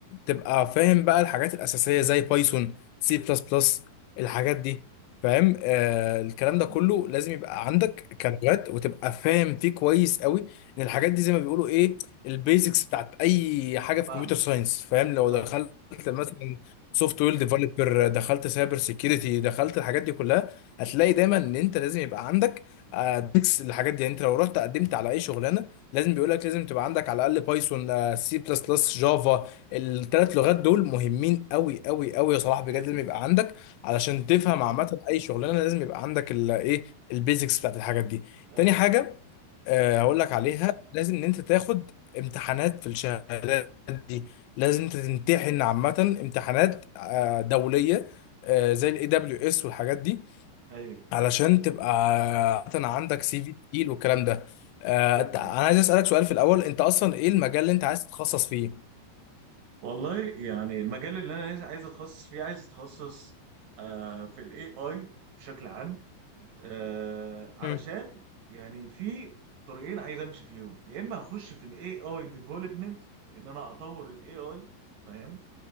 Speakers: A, on the left (about 85°); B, on the right (about 65°).
A: تبقى فاهم بقى الحاجات الأساسية زي بايثون سي بلس بلس الحاجات دي فاهم آه الكلام
B: فاهمه
A: ده كله لازم يبقى عندك كلغات وتبقى فاهم فيه كويس قوي ان الحاجات
B: مم.
A: دي زي ما بيقولوا ايه البيزكس بتاعت اي حاجه في
B: فاهمه
A: كمبيوتر ساينس فاهم لو
B: فاهمه
A: دخلت مثلا سوفت وير ديفلوبر دخلت سايبر سيكيورتي دخلت الحاجات دي كلها هتلاقي دايما ان انت لازم يبقى عندك بيزكس الحاجات دي يعني انت لو رحت قدمت على اي شغلانه لازم بيقول لك لازم تبقى عندك على الاقل بايثون سي بلس بلس جافا الثلاث لغات دول مهمين قوي قوي قوي يا صلاح بجد
B: فهمت
A: لازم يبقى عندك علشان تفهم
B: مم.
A: عامه اي شغلانه لازم يبقى عندك الايه البيزكس بتاعت الحاجات دي
B: ايوه
A: تاني حاجه
B: ايوه
A: آه، هقول لك عليها لازم ان انت تاخد امتحانات في الشهادات دي لازم انت تمتحن عامه امتحانات آه، دوليه آه، زي الاي دبليو اس والحاجات دي
B: ايوه
A: علشان تبقى عامة عندك سي في تقيل والكلام ده آه،
B: فهمت
A: تع- انا عايز اسالك سؤال في الاول انت اصلا ايه المجال اللي انت عايز تتخصص فيه
B: والله يعني المجال اللي انا عايز عايز اتخصص فيه عايز اتخصص آه في الاي اي بشكل عام آه علشان
A: مم.
B: يعني في طريقين عايز امشي فيهم يا اما هخش في الاي اي ديفلوبمنت ان انا اطور الاي اي فاهم